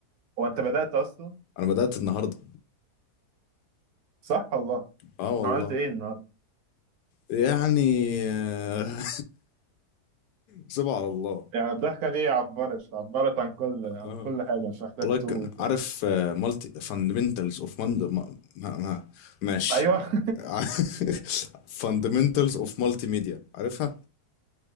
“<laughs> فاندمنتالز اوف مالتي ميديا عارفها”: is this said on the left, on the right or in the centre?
Left